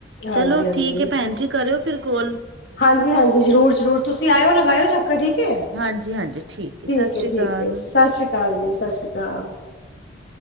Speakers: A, on the left (about 65°); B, on the right (about 85°).
A: ਹਾਂਜੀ
B: ਚਲੋ,
A: ਹਾਂਜੀ।
B: ਠੀਕ ਏ ਭੈਣ ਜੀ, ਕਰਿਓ ਫੇਰ ਕੌਲ।
A: ਹਾਂਜੀ, ਹਾਂਜੀ, ਜ਼ਰੂਰ, ਜ਼ਰੂਰ ਤੁਸੀ ਆਇਓ, ਲਗਾਇਓ ਚੱਕਰ, ਠੀਕ ਏ
B: ਹਾਂਜੀ ਹਾਂਜੀ ਹੈ
A: ਠੀਕ
B: ਸਤਿ
A: ਏ,
B: ਸ੍ਰੀ
A: ਠੀਕ
B: ਅਕਾਲ
A: ਏ ਸਾਸ਼ਰੀ ਕਾਲ ਜੀ, ਸ਼ਾਸਰੀ ਕਾਲ।
B: <inaudible>